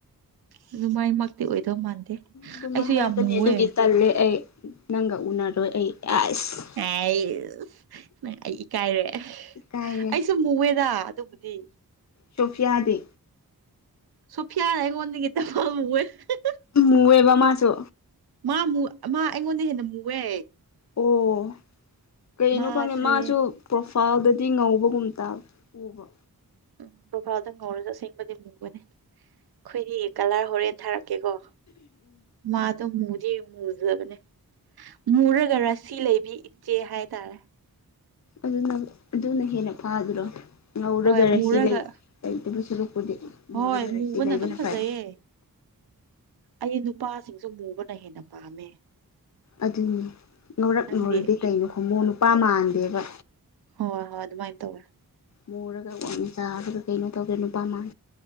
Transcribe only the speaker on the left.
ꯑꯗꯨꯃꯥꯏ
ꯍꯥꯏꯔꯛꯀꯅꯤ
ꯑꯗꯨꯒꯤ ꯇꯜꯂꯦ ꯑꯩ ꯅꯪꯒ ꯎꯅꯔꯣꯏ ꯑꯩ ꯑꯁ
ꯏꯀꯥꯏꯔꯦ
ꯁꯣꯐꯤꯌꯥꯗꯤ
ꯃꯨꯋꯦꯕ ꯃꯥꯁꯨ
ꯑꯣ ꯀꯩꯅꯣ
ꯈꯪꯗꯦ ꯃꯥꯁꯨ ꯄ꯭ꯔꯣꯐꯥꯜꯗꯗꯤ ꯉꯧꯕꯒꯨꯝꯇ ꯇꯥꯕ ꯎꯕ
ꯑꯗꯨꯅ ꯑꯗꯨꯅ ꯍꯦꯟꯅ ꯐꯥꯗꯔꯣ ꯉꯧꯔꯒꯔ
ꯔꯁꯤ
ꯂꯩ ꯂꯩꯇꯕꯨ ꯁꯔꯨꯛꯄꯨꯗꯤ ꯉꯧꯔꯒꯔꯁꯤ
ꯂꯩꯕꯅ
ꯐꯩ
ꯑꯗꯨꯅꯤ ꯉꯧꯔꯛ
ꯉꯧꯔꯗꯤ ꯀꯩꯅꯣ ꯍꯣꯃꯣ ꯅꯨꯄꯥ ꯃꯥꯟꯗꯦꯕ
ꯃꯨꯔꯒ ꯋꯥꯛꯡꯆꯥꯎꯔꯒ ꯀꯩꯅꯣ ꯇꯧꯒꯦ ꯅꯨꯄꯥ ꯃꯥꯟ